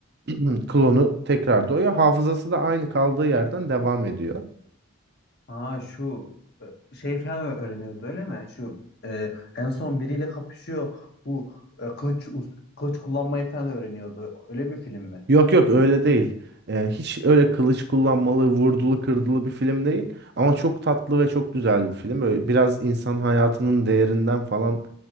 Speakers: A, on the right; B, on the left.
A: <clears throat> Klonu tekrar doğuyor. Hafızası da aynı kaldığı yerden devam ediyor.
B: Aa şu e, şey falan öğreniyordu öyle mi? Şu e, en son biriyle kapışıyor. Bu e, kılıç us- kılıç kullanmayı falan öğreniyordu. Öyle bir film mi?
A: Yok yok öyle değil. Ee, hiç öyle kılıç kullanmalı, vurdulu kırdılı bir film değil. Ama çok tatlı ve çok güzel bir film. Öyle biraz insan hayatının değerinden falan